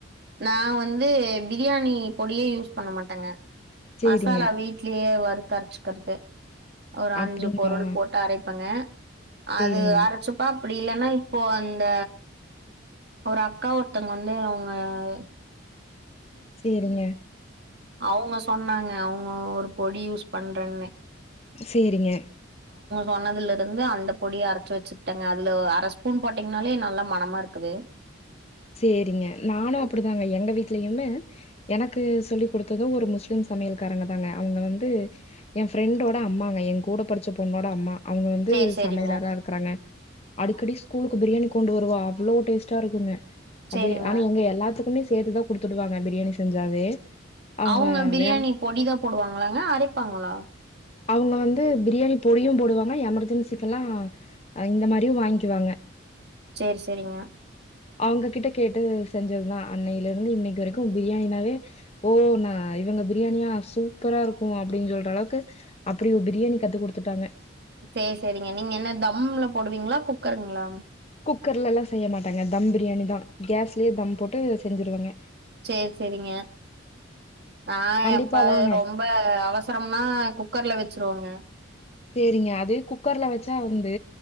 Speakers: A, on the right; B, on the left.
A: நா வந்து பிரியாணி பொடியே யூஸ் பண்ண மாட்டேங்க
B: சேரிங்க
A: மசாலா வீட்லயே வருக்க அரைச்சக்கறது ஒரு
B: அப்டிங்களா
A: அஞ்சு பொருள் போட்டு அரைப்பங்க
B: சேரிங்க
A: அது அரைச்சுப்பா அப்படி இல்லன்னா இப்போ அந்த ஒரு அக்கா ஒருத்தங்க வந்து அவங்க ஆ
B: செரிங்க
A: அவங்க சொன்னாங் க அவுங்க ஒரு பொடி யூஸ் பண்றேன்னு
B: சேரிங்க
A: சொன்னதுல இருந்து அந்த பொடிய அரைச்சு வச்சுட்டேங்க அதுல அர ஸ்பூன் போட்டிங்ன்னாலே நல்லா மணமா இருக்குது
B: சேரிங்க நானு
A: ம்.
B: அப்டிதாங்க எங்க வீட்லயுமு எனக்கு சொல்லிக் குடுத்தது ஒரு முஸ்லீம் சமையல்காரங்க தாங்க அவுங்க வந்து எ ஃப்ரெண்டோட அம்மாங்க எ கூட படிச்ச பொண்ணோட அம்மா அவுங்க வந்து
A: சரி, சரிங்க.
B: சமையலாதா இருக்கறாங்க அடிக்கடி ஸ்கூலுக்கு பிரியாணி கொண்டு வருவா அவ்ளோ டேஸ்ட்டா இருக்குங்க
A: சரிங்க.
B: அப்டி ஆனா எங்க எல்லாத்துக்குமே சேத்துதா குடுத்துடுவாங்க பிரியாணி செஞ்சாவே அவங்க
A: அவ்ங்க பிரியாணி
B: வே
A: பொடிதா போடுவாங்களாங்க அரைப்பாங்களா
B: அவ்ங்க வந்து பிரியாணி பொடியு போடுவாங்க எமெர்கெனசிக்கலா இந்த மாறியு வாய்ங்கிவாங்க
A: சேரி செரிங்க
B: அவ்ங்க கிட்ட கேட்டு செஞ்சதுதா அன்னைல இருந்து இன்னைக்கு வரைக்கு பிரியாணினாவே ஓ நா இவங்க பிரியாணியா சூப்பரா இருக்கு அப்டின்னு சொல்ற அளவுக்கு அப்டி ஒரு பிரியாணி கத்து குடுத்துட்டாங்க
A: செரி செரிங்க நீங்க என்ன தம்ல போடுவீங்களா குக்கருங்களா
B: குக்கர்ல எல்லா செய்ய மாட்டங்க தம் பிரியாணி தா கேஸ்லயே தம் போட்டு செஞ்சர்வங்க
A: செரி செரிங்க நா
B: கண்டிப்பா
A: எப்பாது
B: வாங்க
A: ரொம்ப அவசரம்னா குக்கர்ல வச்ருவோங்க
B: செரிங்க அது குக்கர்ல வச்சா வந்து